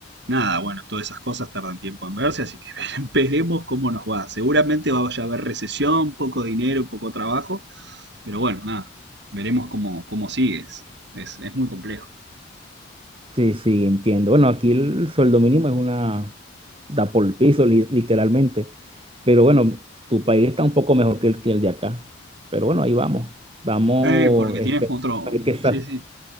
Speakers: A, on the right; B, on the right.
A: nada, bueno, todas esas cosas tardan tiempo en verse, así que <laughs> veremos cómo nos va. Seguramente vaya a haber recesión, poco dinero, poco trabajo, pero bueno, nada, veremos cómo, cómo sigues. Es, es muy complejo.
B: Sí, sí, entiendo. Bueno, aquí el sueldo mínimo es una, da por el piso, li- literalmente. Pero bueno, tu país está un poco mejor que el, que el de acá. Pero bueno, ahí vamos. Vamos,
A: Eh, porque
B: espe-
A: tienes otro...
B: a ver qué sale.
A: Sí, sí.